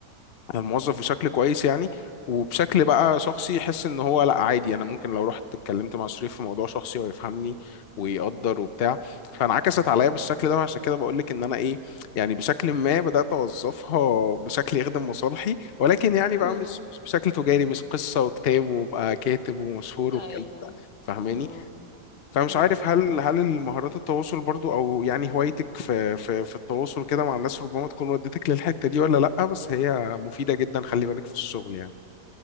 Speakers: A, on the left (about 70°); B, on the left (about 50°).
A: الموظف بشكل كويس يعني وبشكل بقى شخصي يحس ان هو لا عادي انا ممكن لو رحت اتكلمت مع شريف في موضوع شخصي هو يفهمني ويقدر وبتاع فانعكست عليا بالشكل ده عشان كده بقول لك ان انا ايه يعني بشكل ما بدات اوظفها بشكل يخدم مصالحي ولكن يعني بقى
B: إمم،
A: مش مش بشكل تجاري مش قصه وكتاب وابقى كاتب ومشهور
B: <laughs> أيوه،
A: والكلام ده فاهماني
B: إمم،
A: فمش
B: إمم.
A: عارف هل هل المهارات التواصل برضو او يعني هوايتك في في في التواصل كده مع الناس ربما تكون ودتك للحتة دي ولا لأ بس هي مفيدة جدا خلي بالك في الشغل يعني